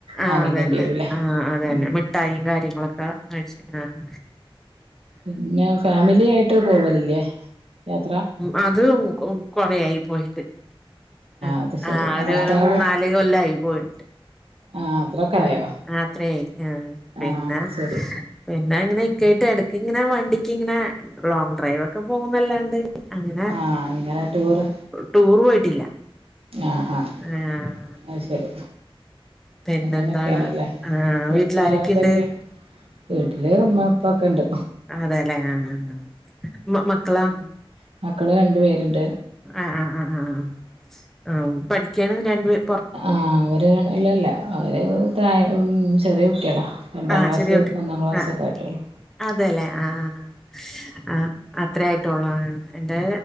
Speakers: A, in the centre; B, on the right.
A: ആഹ്
B: വാങ്ങിക്കേണ്ടി
A: അതന്നെ
B: വരൂല്ലേ
A: ആഹ് അതന്നെ
B: ഉം
A: മിഠായിയും കാര്യങ്ങളൊക്കെ മേടിച്ചു ആഹ്
B: പിന്നെ ഫാമിലി ആയിട്ട് പോവലില്ലേ യാത്ര
A: ഉം അത് കൊറെയായി പോയിട്ട് ആഹ്
B: അത് ശരി
A: ആ ഒരു
B: ഭർത്താവ്
A: ഒരു മൂന്നാല് കൊല്ലായി പോയിട്ട്
B: ആഹ് അത്രൊക്കെ
A: അങ്ങനെ
B: ആയോ
A: അത്രയായി ആ പിന്നെ
B: ആഹ് അത് ശരി
A: പിന്നെ ഇങ്ങനെ ഇക്കായിട്ട് എടക്ക് ഇങ്ങനെ വണ്ടിക്ക് ഇങ്ങനെ ലോങ്ങ് ഡ്രൈവൊക്കെ പോകുന്നല്ലാണ്ട് അങ്ങനെ
B: ആഹ് ഇങ്ങനെ ടൂറ്
A: ടൂർ പോയിട്ടില്ല
B: ആഹ് ആഹ്
A: ആഹ്
B: അത്ശരി
A: പിന്നെന്താണ്
B: അങ്ങനെയൊക്കെയാണല്ലേ
A: ആ
B: പിന്നെ
A: വീട്ടിലാരൊക്കെയുണ്ട്
B: വേറെന്തൊക്കെ വീട്ടില് ഇമ്മ ഇപ്പ ഒക്കെ ഉണ്ട്
A: അതെല്ലെ ആഹ് ആഹ് ആഹ് മ മക്കളാ
B: പിന്നെ മക്കള് രണ്ടു പേരുണ്ട്
A: ആഹ് ആഹ് ആഹ് ആഹ് ആഹ് പഠിക്കയാണ് രണ്ട് പേരും
B: ആഹ് അവര് ഇല്ലല്ല അവര് ഉം താഴെ ചെറിയ കുട്ടികളാ രണ്ടാം
A: ആ
B: ക്ലാസ്
A: ചെറിയ കുട്ടി
B: ഒന്നാം ക്ലാസ്
A: ആ
B: ഒക്കെ ആയിട്ടോള്ളൂ
A: അതെല്ലേ ആഹ് ആഹ് അത്രയായിട്ടൊള്ളു എന്റെ